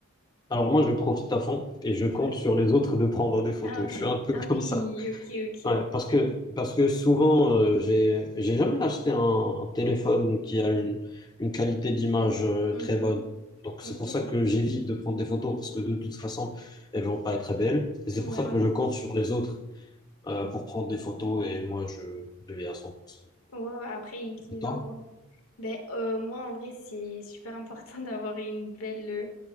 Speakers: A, on the left; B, on the left.
A: Alors moi, je profite à fond et je compte
B: Ouais.
A: sur les autres de prendre des photos.
B: Ah, ok.
A: Je suis un peu
B: Ah
A: <laughs>
B: oui,
A: comme ça.
B: ok, ok.
A: Ouais, parce que, parce que souvent, euh, j'ai, j'ai jamais acheté un, un téléphone qui a une, une qualité d'image euh,
B: Mhm.
A: très bonne. Donc c'est
B: Ok.
A: pour ça que j'évite de prendre des photos parce que de toute façon, elles vont pas être belles. Et c'est
B: Ouais,
A: pour ça
B: ouais,
A: que
B: ouais.
A: je compte sur les autres euh, pour prendre des photos et moi, je le vais à 100%.
B: Ouais, ouais, après, ils te les
A: Et toi?
B: envoient. Ben, euh, moi, en vrai, c'est super important <laughs> d'avoir une belle, euh,